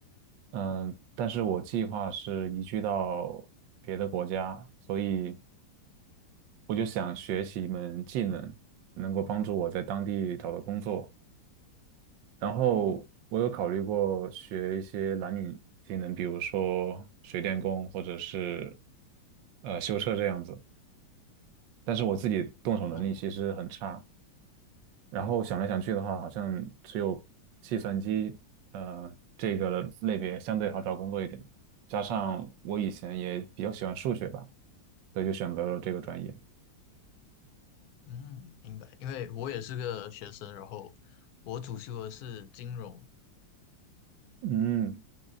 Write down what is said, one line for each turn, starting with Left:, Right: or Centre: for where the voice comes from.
Right: 嗯、但是我计划是移居到别的国家，所以我就想学习一门技能，能够帮助我在当地找到工作。然后我有考虑过学一些蓝领技能，比如说水电工或者是呃修车这样子，但是我自己动手能力其实很差。
Left: 哦，
Right: 然后想来想去的话，好像只有计算机呃这个类别相对好找工作一点，加上我以前也比较喜欢数学吧，所以就选择了这个专业。
Left: 嗯，明白，因为我也是个学生，然后我主修的是金融，
Right: 嗯，